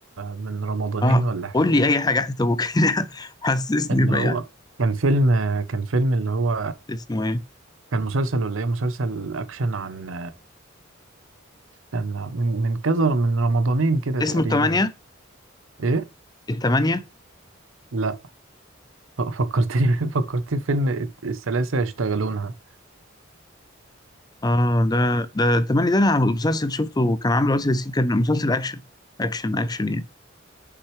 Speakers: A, on the right (about 80°); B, on the left (about 20°).
A: من رمضانين
B: اه
A: ولا حاجه
B: قول لي اي حاجة حتى ممكن <laughs> حسسني
A: اللي
B: بأي
A: هو
B: حاجة.
A: كان فيلم كان فيلم اللي هو
B: اسمه ايه
A: كان مسلسل ولا ايه مسلسل اكشن عن استنى من من كذا من رمضانين كده
B: اسمه
A: تقريبا
B: التمانية
A: ايه
B: التمانية
A: لا ف- فكرتني <laughs> فكرتني في فيلم الثلاثة يشتغلونها
B: اه ده ده تملي ده انا مسلسل شفته كان عامله آسر ياسين كان مسلسل اكشن اكشن اكشن يعني